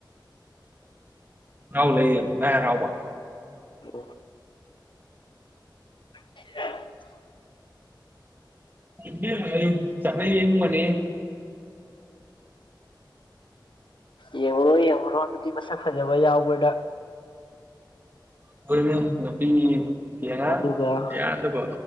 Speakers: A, on the right; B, on the left.
A: ꯔꯥꯎ ꯂꯩ ꯉꯔꯥꯎꯕ
B: ꯑꯣ <inaudible> <unintelligible>
A: <unintelligible> <inaudible>
B: ꯌꯦꯡꯉꯨꯔꯣ ꯌꯦꯡꯉꯨꯔꯣ ꯅꯨꯄꯤ ꯃꯁꯛ ꯐꯖꯕ ꯌꯥꯎꯕꯗ
A: <unintelligible> <inaudible> ꯌꯦꯉ
B: ꯑꯗꯨꯒ
A: ꯌꯥꯗꯕꯣ